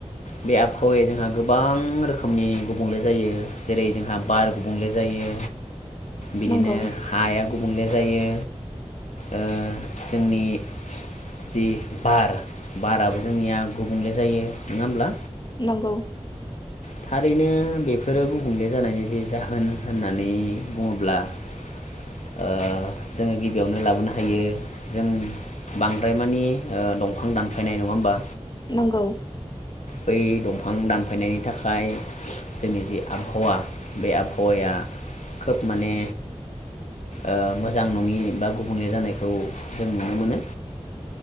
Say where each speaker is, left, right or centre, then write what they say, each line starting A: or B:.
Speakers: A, on the left; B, on the left.
A: बे आबहावाया जोंहा गोबां रोखोमनि गुबुंले जायो जेरै जोंहा बार गुबुंले जायो बिदिनो
B: नंगौ
A: हाया गुबुंले जायो ओ जोंनि जि बार बाराबो जोंनिया गुबुंले जायो नङा होमब्ला?
B: नंगौ
A: थारैनो बेफोरो गुबुंले जानायनि जि जाहोन होननानै बुङोब्ला ओ जोङो गिबियावनो लाबोनो हायो जों बांद्राय मानि ओ दंफां दानफायनाय नङा होमबा?
B: नंगौ
A: बै दंफां दानफायनायनि‌ नि थाखाय जोंनि जि आबहावा बे आबहावाया खोब माने ओ मोजां नङि बा गुबुंले जानायखौ जों नुनो मोनो।